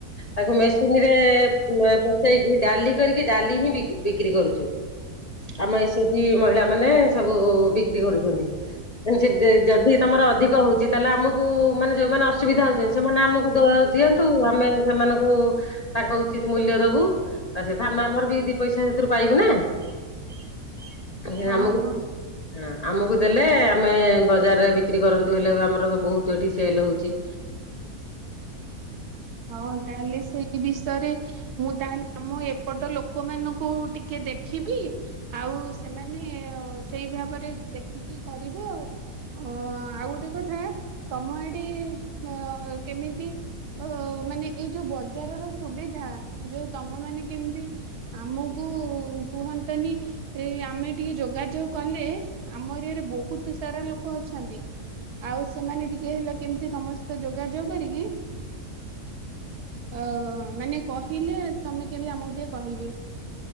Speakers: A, on the left; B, on the right.
A: ତାକୁ ମେସିନ ରେ ଫୁଟେଇକି ଡାଲି କରିକି ଡାଲି ହିଁ ବିକ୍ର-ବିକ୍ରି କରୁଚୁ। ଆମେ ଏସିଜି ମହିଳା ମାନେ ସବୁ ବିକ୍ରି କରୁଚନ୍ତି। ଏମ୍ ସିଜେ ଯଦି ତମର ଅଧିକ ହଉଚି ତାହେଲେ ଆମକୁ କେଉଁ ମାନେ ଯୋଉମାନେ ଅସୁବିଧା ହଉଚନ୍ତି ସେମାନେ ଆମକୁ ଦୋ-ଦିଅନ୍ତୁ ଆମେ ସେମାନଙ୍କୁ ତାଙ୍କ ଉଚିତ ମୂଲ୍ୟ ଦବୁ ତା ସହିତ ଆମ ଆମରବି ଦି ପଇସା ସେଥିରୁ ପାଇବୁ ନା ଇଏ
B: ହଁ
A: ଆମକୁ
B: ହଁ
A: ହଁ ଆମକୁ ଦେଲେ ଆମେ ବଜାରରେ ବିକ୍ରି କରନ୍ତୁ ହେଲେ ବି ଆମର ର ବହୁତ ତୁ ଏଠି ସେଲ୍ ହଉଚି।
B: ହଁ ତାହେଲେ ସେ ଏ ବିଷୟରେ ମୁଁ ତାହେଲେ ଆମ ଏପଟ ଲୋକମାନଙ୍କୁ ଟିକେ ଦେଖିବି। ଆଉ ସେମାନେ ଅ -ସେହି ଭାବରେ ଦେଖିକି କରିବେ ଆଉ ହଁ ଆଉ ଗୋଟେ କଥା ତମ ଆଡ଼େ ହଁ ଅ କେମିତି ଓ ମାନେ ଏଇ ଯୋଉ ବଜାରର ସୁବିଧା ଯୋଉ ତମ ମାନେ କେମିତି ଆମକୁ କୁହନ୍ତାନି। ଏଇ ଆମେ ଟିକେ ଯୋଗାଯୋଗ କଲେ ଆମ ଏରିଆରେ ବହୁତ ସାରା ଲୋକ ଅଛନ୍ତି। ଆଉ ସେମାନେ ଟିକେ ହେଲେ କେମିତି ତମ ସହିତ ଯୋଗାଯୋଗ କରିକି? ଅ ମାନେ କହିଲେ ତମେ କେହି ଆମକୁ ଟିକେ କହିବେ।